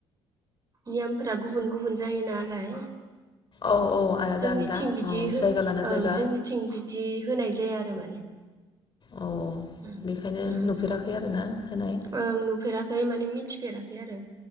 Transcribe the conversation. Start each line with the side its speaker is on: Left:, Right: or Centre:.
Right: नेयमफोरा गुबुन गुबुन जायो नालाय
Left: औ औ आलादा
Right: जोंनिथिं
Left: आलादा
Right: बिदि
Left: औ जायगा
Right: ओं
Left: लाना जायगा
Right: जोंनिथिं बिदि होनाय जाया आरो माने
Left: औ
Right: अम
Left: बेखायनो
Right: अम
Left: नुफेराखै आरोना होनाय
Right: ओं नुफेराखै माने मिथि मिथि फेराखै आरो